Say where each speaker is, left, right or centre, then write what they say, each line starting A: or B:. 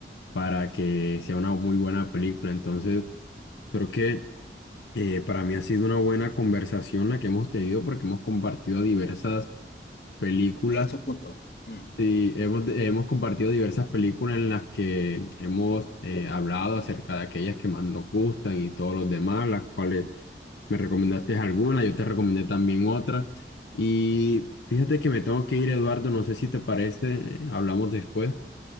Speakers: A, on the left; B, on the left.
A: para que sea una muy buena película. Entonces creo que eh, para mí ha sido una buena conversación la que hemos tenido porque hemos compartido diversas películas
B: De estos puntos. Mm,
A: Sí, hemos, hemos compartido diversas películas en las que hemos eh, hablado acerca de aquellas que más nos gustan y todos los demás, las cuales me recomendaste algunas, yo te recomendé también otras. Y fíjate que me tengo que ir, Eduardo, no sé si te parece,
B: ya.
A: eh, hablamos después.